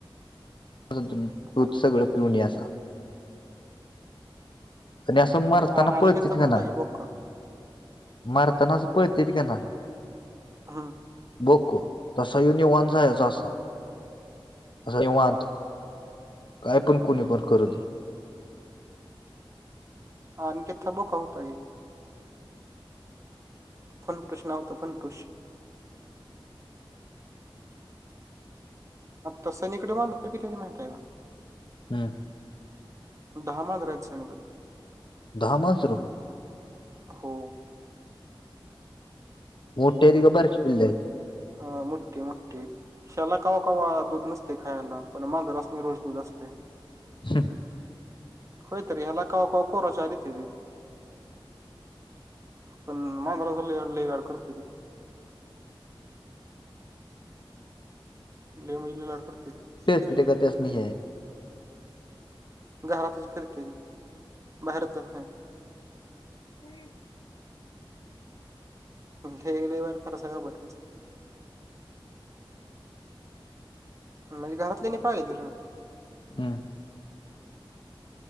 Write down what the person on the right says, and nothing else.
हा
हा अनिकेतचा
पण होता
की बोका
हा.
आणीिथं बोका होता गी फंटुश नावतो फंटुश तसं नििकडून मा किती तरी माहितय का
दहामांज रायच सनकडे
हो
ह मुठी मुठठी. शाला कावा कावा दूध नसते खायला, पण मांजरा असणे रोज दूध असते.
होोयत ररी हला का कोको रष अरीतरी पण मांगराले ल गाड करते ती ले मजली लाड करते ते
घरातच फिरते ती बाहेरच जात नाही
हे गले वार फरसा का बटचा म्हणजे, घरातल्यानी पाळलीती र